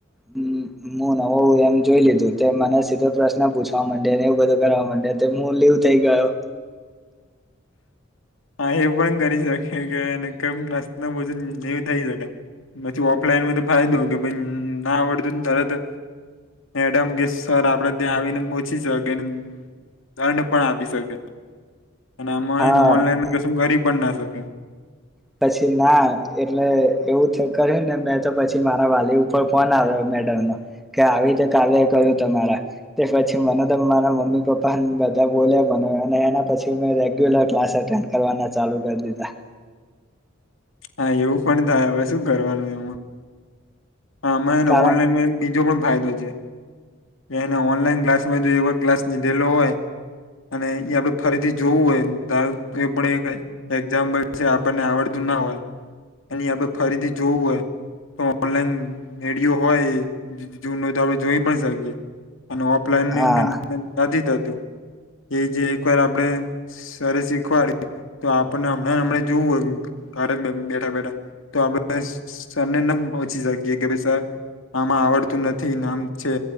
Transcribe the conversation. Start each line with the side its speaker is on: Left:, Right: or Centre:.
Centre: હમ હું નવુ એમ જોઈ લીધું તે મને સીધો પ્રશ્ન પૂછવા મડે ને એવું બધું કરવા મડે તો મુ લીવ થઇ ગયો
Left: હા એ પણ કરી શકે કેમ નાસ્બજું ન થઈ શકે હજુ ઓફલાઈન હોય તો ફાયદો કે પણ ના આવડતો તરત જ એડમ કે સર આપડે ત્યાં આવીને મોછી શકે દંડ પણ આપી શકે અને આમાં
Centre: હા
Left: ઓનલાઈન કશું કરી પણ ના શકે
Centre: પછી ના એટલે એવું થ કરે ને મેં તો પછી મારા વાલી ઉપર ફોન આવે મેદવન કે આવી રીતે કાલે કરું તમારા પછી મને તો મારા મમ્મી પપ્પા બધ બોલ્યા મને અને એના પછી મે રેગ્યુલર ક્લાસ અટેન્ડ કરવાના ચાલુ કરી દીધા
Left: હા એવું પણ થાય હવે શું કરવાનું એમાં હા અમને
Centre: કારણ
Left: ઓનલાઈન બીજો પણ ફાયદો છે. એને ઓનલાઈન ક્લાસમાં જો એવા ક્લાસ લીધેલો હોય. અને એ આપડે ફરીથી જોવું હોય એ પણ એક એક્ઝામ્પલ છે આપણને આવડતું ના હોય એ આપ ફરીથી જોવું હોય. તો ઓનલાઈન રેડિયો હોય જૂનો તો આપડ જોઈ પણ શ અને ઓફલાઈનમ
Centre: હા
Left: નથી થતું. એ જે એક વાર આપણે સરસ શીખવાડી તો આપણને હમણાં હમણા જોવું હોય. બેઠા બેઠા તો આપણે સર ને એમ પોચી સકીએ કે ભાઈ સર આમાં આવડતું નથી નામ છે.